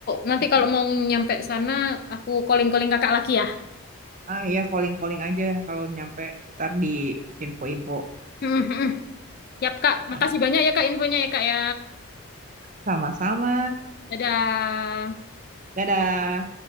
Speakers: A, on the left (about 45°); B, on the right (about 35°).
A: nanti kalau
B: Mm.
A: mau nyampe sana, aku calling-calling Kakak lagi ya.
B: Ah ya calling-calling aja kalau nyampe ntar di info-info.
A: Mm-mm. Yap, Kak.
B: Ah.
A: Makasih banyak ya, Kak, infonya ya, Kak ya.
B: Sama-sama.
A: Dadah.
B: Dadah.